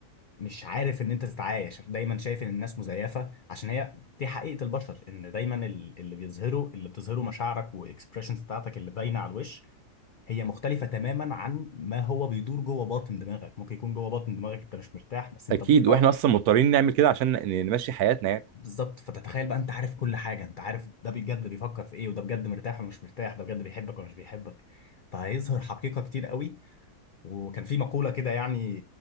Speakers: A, on the left; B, on the right.
A: مش عارف ان انت تتعايش دايما شايف ان الناس مزيفه عشان هي دي حقيقه البشر ان دايما ال- اللي بيظهره اللي بتظهره مشاعرك واكسبريشنز بتاعتك اللي باينه على الوش هي مختلفه تماما عن ما هو بيدور جوه باطن دماغك ممكن يكون جوه باطن دماغك انت مش مرتاح بس انت
B: اكيد
A: مضطر
B: واحنا اصلا مضطرين نعمل كده عشان ن- نمشي حياتنا يعني
A: بالظبط فتتخيل بقى انت عارف كل حاجه انت عارف ده بجد بيفكر في ايه وده بجد مرتاح ولا مش مرتاح ده بجد بيحبك ولا مش بيحبك فهيظهر حقيقه كتير قوي وكان في مقولة كده يعني